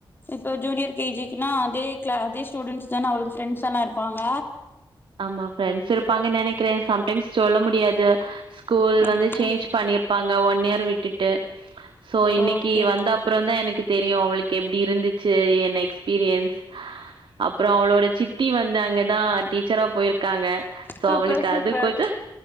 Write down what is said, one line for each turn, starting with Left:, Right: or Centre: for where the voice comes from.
Left: இப்போ ஜூனியர் கே ஜி க்குனா அதே கிளா அதே ஸ்டூடென்ட்ஸ் தான அவளுக்கு ஃப்ரெண்ட்ஸ் எல்லா இருப்பாங்க
Right: ஆமா ஃப்ரெண்ட்ஸ் இருப்பாங்கன் நெனைக்கிறே சம்டைம்ஸ் சொல்ல முடியாது ஸ்கூல் வந்து
Left: ஓகே
Right: சேஞ்ச் பண்ணிருப்பாங்க ஒன் இயர் விட்டுட்டு சோ இன்னைக்கி
Left: ஓகே
Right: வந்த அப்புறந்தா எனக்கு தெரியு அவளுக்கு எப்டி இருந்துச்சு என் எக்ஸ்பீரியன்ஸ் அப்புற அவளோட சித்தி வந்து அங்கதா டீச்சரா போயிருக்காங்க சோ
Left: சூப்பர்
Right: அவுளுக்கு
Left: சூப்பர்
Right: அது கொஞ்ச